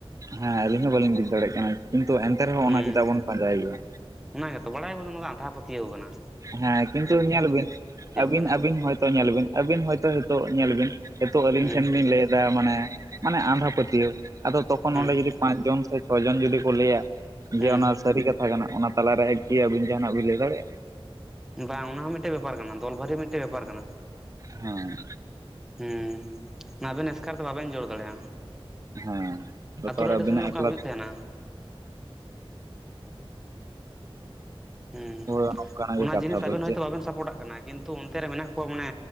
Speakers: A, on the right; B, in the centre.
A: ᱦᱮᱸ ᱟᱹᱞᱤᱧ ᱦᱚᱸ ᱵᱟᱹᱞᱤᱧ ᱵᱩᱡ ᱫᱟᱲᱮᱭᱟᱜ ᱠᱟᱱᱟ, ᱠᱤᱱᱛᱩ ᱮᱱᱛᱮ ᱨᱮᱦᱚᱸ
B: ᱦᱩᱸ
A: ᱚᱱᱟ ᱪᱮᱫᱟᱜ ᱵᱚᱱ ᱯᱟᱸᱡᱟᱭ ᱜᱮᱭᱟ
B: ᱚᱱᱟ ᱜᱮᱛᱚ ᱵᱟᱲᱟᱭ ᱟᱵᱚᱱ ᱚᱱᱟ ᱫᱚ ᱟᱸᱫᱷᱟ ᱯᱟᱹᱛᱤᱭᱟᱹᱣ ᱟᱠᱟᱱᱟ
A: ᱦᱮᱸ ᱠᱤᱱᱛᱩ ᱧᱮᱞ ᱵᱤᱱ? ᱟᱹᱵᱤᱱ
B: ᱠᱟᱱᱟ
A: ᱟᱹᱵᱤᱱ ᱦᱚᱭᱛᱚ ᱧᱮᱞ ᱵᱤᱱ ᱟᱵᱤᱱ ᱦᱚᱭᱛᱚ ᱦᱤᱛᱚᱜ ᱧᱮᱞ ᱵᱤᱱ ᱱᱤᱛᱚᱜ ᱟᱞᱤᱧ
B: ᱦᱩᱸ
A: ᱴᱷᱮᱱ ᱵᱤᱱ ᱞᱟᱹᱭ ᱢᱟᱱᱮ ᱢᱟᱱᱮ ᱟᱸᱫᱷᱟ ᱯᱟᱹᱛᱭᱟᱹᱣ ᱟᱫᱚ ᱛᱚᱠᱷᱚᱱ
B: ᱦᱩᱸ
A: ᱚᱸᱰᱮ ᱡᱩᱫᱤ ᱯᱟᱸᱪ ᱡᱚᱱ ᱥᱮ ᱪᱷᱚ ᱡᱚᱱ ᱡᱩᱫᱤ ᱠᱚ ᱞᱟᱹᱭᱟ ᱾ ᱡᱮ
B: ᱦᱩᱸ
A: ᱚᱱᱟ ᱥᱟᱹᱨᱤ ᱠᱟᱛᱷᱟ ᱠᱟᱱᱟ ᱚᱱᱟ ᱛᱟᱞᱟᱨᱮ ᱮᱠᱤ ᱟᱹᱵᱤᱱ ᱡᱟᱦᱟᱱᱟᱜ ᱵᱤᱱ ᱞᱟᱹᱭ ᱫᱟᱲᱮᱜ-ᱟ᱾
B: ᱵᱟᱝ ᱚᱱᱟ ᱦᱚᱸ ᱢᱤᱜᱴᱮᱜ ᱵᱮᱯᱟᱨ ᱠᱟᱱᱟ ᱫᱚᱞ ᱵᱷᱟᱨᱤ ᱢᱤᱜᱴᱮᱜ ᱵᱮᱯᱟᱨ ᱠᱟᱱᱟ᱾
A: ᱦᱚᱸᱭ᱾
B: ᱦᱩᱸ ᱢᱟᱵᱮᱱ ᱮᱥᱠᱟᱨ ᱫᱚ ᱵᱟᱵᱮᱱ ᱡᱳᱲ ᱫᱟᱲᱮᱜ-ᱟ᱾
A: ᱦᱮᱸ ᱵᱮᱯᱟᱨ
B: ᱟᱛᱳ ᱨᱮ ᱟᱰᱤ
A: ᱟᱹᱵᱤᱱᱟᱜ
B: ᱥᱚᱢᱚᱭ ᱚᱱᱠᱟ
A: ᱮᱠᱞᱟ
B: ᱦᱩᱭᱩᱜ ᱛᱟᱦᱮᱱᱟ᱾ ᱦᱩᱸ
A: ᱦᱳᱭ ᱱᱚᱝᱠᱟᱱᱟᱜ ᱜᱮ
B: ᱚᱱᱟ
A: ᱠᱟᱛᱷᱟ
B: ᱡᱤᱱᱤᱥ
A: ᱫᱚ
B: ᱟᱵᱮᱱ
A: ᱡᱮ
B: ᱦᱚᱭᱛᱳ ᱵᱟᱵᱮᱱ ᱥᱟᱯᱚᱴᱟᱜ ᱠᱟᱱᱟ ᱠᱤᱱ ᱛᱩ ᱚᱱᱛᱮ ᱨᱮ ᱢᱮᱱᱟᱜ ᱠᱚᱣᱟ ᱢᱟᱱᱮ